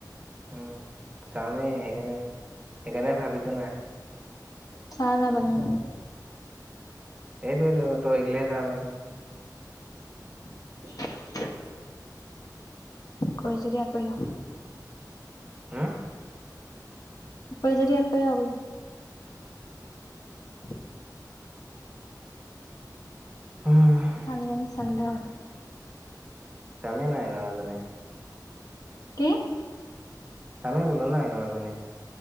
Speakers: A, on the right; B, on the left.
A: উম চামেই সেইকাৰণে সেইকাৰণে ভাবিছো নাই
B: চাই ল বেলেগ এজনী
A: এইটোৱেতো তই এইগিলাহে চাব পাৰিম
B: ওমহ ওমহ <unintelligible> কৈ যদি দিয়াকৈ আহ
A: হে
B: তই যদি এক আবল হম
A: উম
B: ভালজনী চাই ললে হল
A: কামে নাই ইনু এজনী
B: কি?
A: চামে বোলো না অইনুএজনী